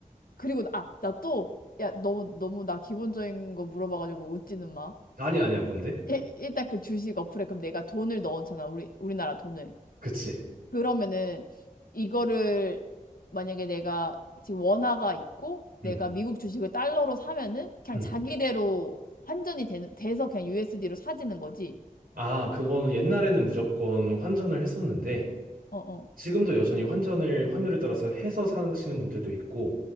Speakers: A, on the left; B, on the right.
A: 그리고, 나- 아, 나 또, 야, 너무, 너무 나 기본적인 거 물어봐가지고 웃지는 마.
B: 아니야, 아니야, 뭔데?
A: 일- 일단 그 주식 어플에 그럼 내가 돈을 넣었잖아. 우리, 우리나라 돈을.
B: 그치.
A: 그러면은 이거를 만약에 내가 지금 원화가 있고 내가
B: 응,
A: 미국 주식을 달러로 사면은 그냥
B: 응.
A: 자기대로 환전이 되, 돼서 그냥 USD로 사지는 거지.
B: 아, 그거는 옛날에는 무조건 환전을 했었는데,
A: 어, 어,
B: 지금도 여전히 환전을 환율에 따라서 해서 사시는 분들도 있고,